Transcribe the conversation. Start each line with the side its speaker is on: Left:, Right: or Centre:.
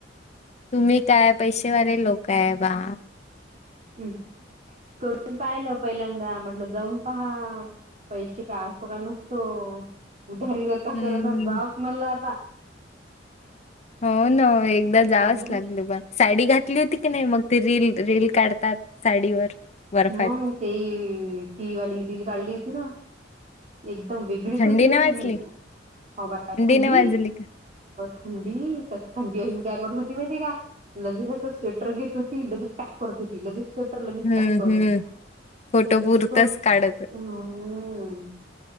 Left: तुम्ही काय पैसेवाले लोक आहे बा.
Right: हम्म करून पाहिलं पहिल्यांदा म्हटल जाऊन पहा. पैसे काय असतो का नसतो उधारीवर का
Left: हम्म
Right: करन जाव म्हणल आता.
Left: हो ना एकदा जावंच
Right: हम्
Left: लागत पण साडी घातली तरी होती की नाही मग ते रील रील काढतात साडीवर. बर्फात
Right: मग ते ती वाली रील काढली होती ना एकदम वेगळीच
Left: थंडी
Right: होती बाई
Left: नाही वाजली
Right: ती रील-. ह बा थंडी
Left: नाही वाजली का
Right: थंडी तर थंडी आहे मी काय करत होती माहिती आहे का? लगेच असं स्वेटर घेत होती लगेच पॅक करत होती लगेच स्ट लगेच
Left: हम्म
Right: पॅक करत
Left: हम्म
Right: होती
Left: फोटो
Right: इतक
Left: पुरतच
Right: हम्म..
Left: काढत